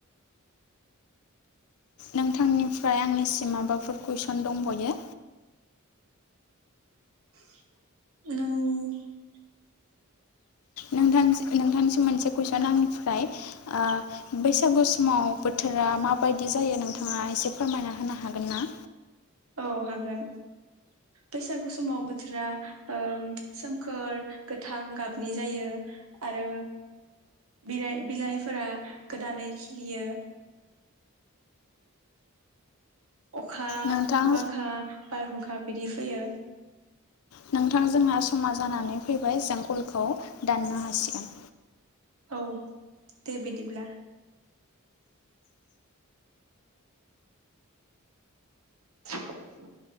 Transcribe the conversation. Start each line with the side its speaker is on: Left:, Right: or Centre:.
Left: नोंथांनिफ्राय आंनिसिम माबाफोर कुइसन दंबयो
Right: औ
Left: नोंथांनिस नोंथांनिसिम मोनसे कुइसन आंनिफ्राय आ बैसागु समाव बोथोरा माबायदि जायो नोंथाङा एसे फोरमायना होनो हागोनना?
Right: औ हागोन बैसागु समाव बोथोरा ओम सोमखोर गोथां गाबनि जायो आरो बिलाइ बिलाइफोरा गोदानै खिलियो अखा
Left: नोंथां
Right: बांखा बारहुंखा बिदि फैयो।
Left: नोंथां जोंहा समा जानानै फैबाय जों कलखौ दाननो हासिगोन।
Right: औ दे बिदिब्ला। <unintelligible>